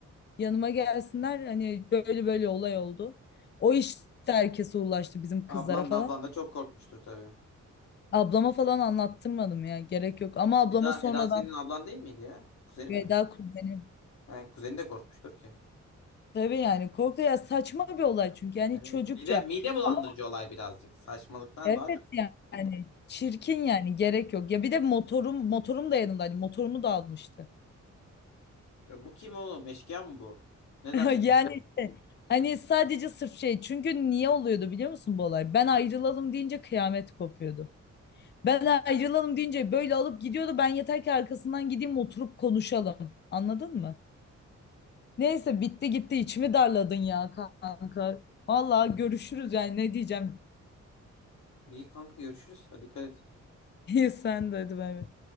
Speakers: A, on the left; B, on the left.
A: Yanıma gelsinler hani böyle böyle olay oldu. O işte herkese ulaştı bizim kızlara
B: Ablan
A: falan.
B: da ablan da çok korkmuştur tabii.
A: Ablama falan anlattırmadım ya gerek yok. Ama ablama
B: Eda,
A: sonradan
B: Eda senin ablan değil miydi ya? Kuzenin
A: Veda
B: mi?
A: kuzenim.
B: Ha, kuzeni de korkmuştur ki.
A: Tabii yani korktu ya saçma bir olay çünkü yani
B: Evet.
A: çocukça.
B: Mide, mide bulandırıcı
A: Ama
B: olay birazcık. Saçmalıktan
A: evet
B: daha çok.
A: yani çirkin yani gerek yok. Ya bir de motorum motorum da yanımda yanımdaydı. Motorumu da almıştı.
B: Ya Bu kim oğlum? Eşkıya mı bu? Ne zannediyorsun?
A: <laughs> Yani işte hani sadece sırf şey çünkü niye oluyordu biliyor musun bu olay? Ben ayrılalım deyince kıyamet kopuyordu. Ben ayrılalım deyince böyle alıp gidiyordu. Ben yeter ki arkasından gideyim oturup konuşalım. Anladın mı? Neyse bitti gitti içimi darladın ya kanka. Vallahi görüşürüz yani ne diyeceğim.
B: İyi kanka görüşürüz. Hadi dikkat et.
A: <laughs> Sen de hadi bay bay.